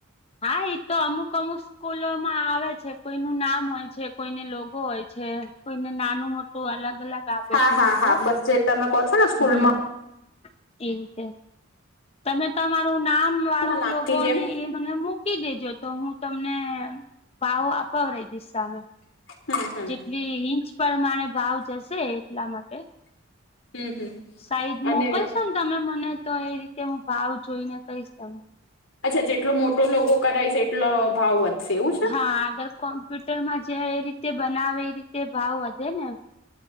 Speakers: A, on the left; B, on the left.
A: હા એઈ તો અમુક અમુક સ્કૂલોમાં આવે છે કોઈ ન નામ હોય છે કોઈને લોગો હોય છે, કોઈને નાનું મોટું ું અલગ અલગ આપે
B: હા
A: છે
B: હા
A: લોગો
B: હા બસ જે તમે ક છો. ને સ્કૂલમાં
A: હમ ઠીક હ <unintelligible> તમે તમારું નામ વાળું
B: નાની
A: લોકો
B: જેમ
A: ને એ મને મૂકી દેજો તો હું તમને ભાવો આપાવ રહી દિશ સામે
B: હમ હમ.
A: જેટલી ઇંચ પ્રમાણે ભાવ જશે એટલા માટે.
B: હમ હમ.
A: સાઈડ
B: અને
A: મોકલશો ને તમે મને તો એ રીતે હું ભાવ જોઈને કહીશ તને.
B: અચ્છા જેટલો મોટો લોકો કરાય છે એટલો ભાવ વધશે એવું છે?
A: હા આગળ કોમ્પ્યુટરમાં જે એ રીતે બનાવે એ રીતે ભાવ વધે ને.